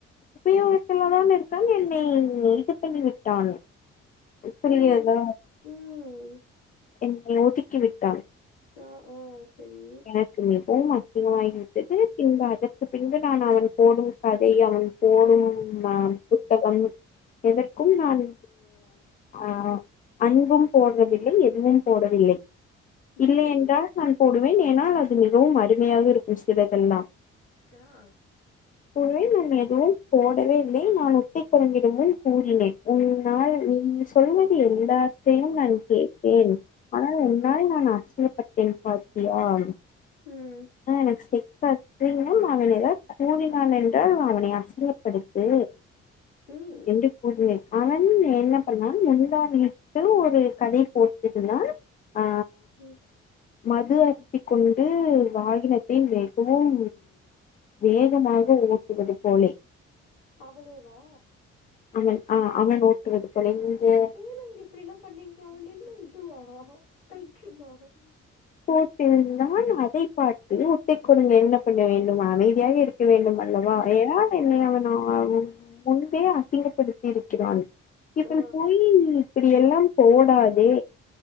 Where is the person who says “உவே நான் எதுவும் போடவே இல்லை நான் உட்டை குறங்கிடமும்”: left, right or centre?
Left